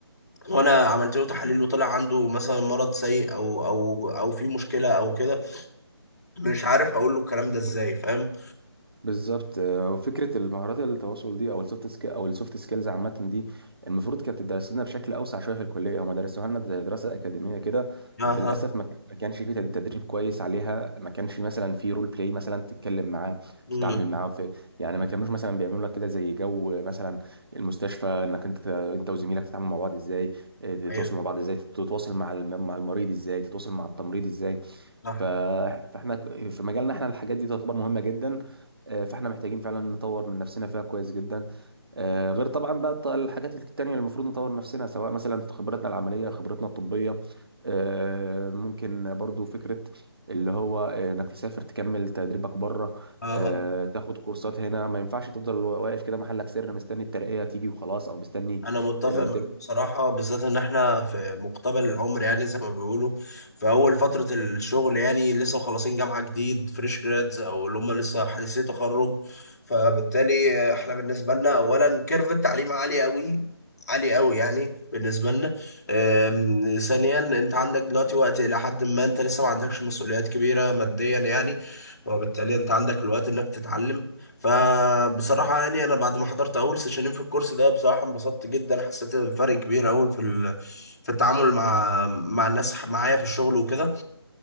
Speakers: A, on the left; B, on the right.
A: وانا عملت له تحاليل وطلع عنده مثلا مرض سيء او او او في مشكله او كده مش عارف اقول له الكلام ده ازاي فاهم
B: بالظبط آه، وفكره المهارات التواصل دي او السوفت سكيل او السوفت سكيلز عامه دي المفروض كانت تدرس لنا بشكل اوسع شويه في الكليه هم درسوها لنا زي دراسه اكاديميه كده
A: اها
B: بالاسف ما كان- ما كانش فيه تدريب كويس عليها ما كانش مثلا في رول بلاي مثلا تتكلم معاه
A: مم.
B: تتعامل معاه في يعني ما كانوش مثلا بيعملوا لك كده زي جو مثلا المستشفى انك انت انت وزميلك تتعاملوا مع بعض ازاي آه، تتواصلوا
A: ايوه
B: مع بعض ازاي تتواصل مع الم- مع المريض ازاي تتواصل مع التمريض ازاي
A: صح
B: ف- فاحنا في مجالنا احنا الحاجات دي تعتبر مهمه جدا آه، فاحنا محتاجين فعلا نطور من نفسنا فيها كويس جدا آه، غير طبعا بقى الط- الحاجات التانية اللي المفروض نطور نفسنا سواء مثلا في خبرتنا العملية خبرتنا الطبية آه، ممكن برضو فكرة اللي هو آه، انك تسافر تكمل تدريبك بره
A: اها
B: آه، تاخد كورسات هنا ما ينفعش تفضل واقف كده محلك سر مستني الترقية تيجي وخلاص او مستني
A: انا متفق
B: انك
A: معاك
B: تبقى
A: بصراحه بالذات ان احنا في مقتبل العمر يعني زي ما بيقولوا في اول فتره الشغل يعني لسه مخلصين جامعه جديد فريش جرادز او اللي هم لسه حديثي تخرج فبالتالي احنا بالنسبه لنا اولا كيرف التعليم عالي قوي عالي قوي يعني بالنسبه لنا أم، ثانيا انت عندك دلوقتي وقت الى حد ما انت لسه ما عندكش مسؤوليات كبيره ماديا يعني وبالتالي انت عندك الوقت انك تتعلم فبصراحة يعني أنا بعد ما حضرت أول سيشنين في الكورس ده بصراحة انبسطت جدا حسيت بفرق كبير أوي في ال... في التعامل مع مع الناس معايا في الشغل وكده